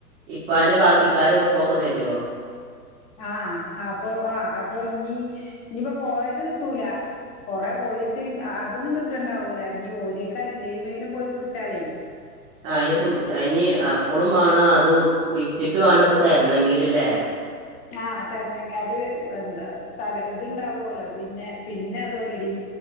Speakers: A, on the right (about 20°); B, on the left (about 15°).
A: ഇപ്പാന്റെ ബാക്കിക്കാര ഒപ്പൊക്കെ തരുവോ
B: ആഹ് അപ്പൊ ആഹ് അപ്പൊ ഇനി ഇനിയിപ്പ പോയത് കിട്ടൂല കൊറേ ഓരിചെ അ അതൊന്നും കിട്ടണ്ടാവൂല ഇനി ഓരിയൊക്കാനില്ലേമെല് പോയി പുടിച്ചാലേ
A: ആ ഇനി പുടിച്ച അ ഇനി അപ്പളും മാണം അത് വി വിട്ടിട്ട് വാണ്ടപ്പ തര്ണെങ്കിലില്ലേ
B: ആഹ് തരണെങ്കി അത് എന്താ സ്ഥലം ഇതുണ്ടാവുല്ലോ പിന്നെ പിന്നെ അതുവല്ലെടി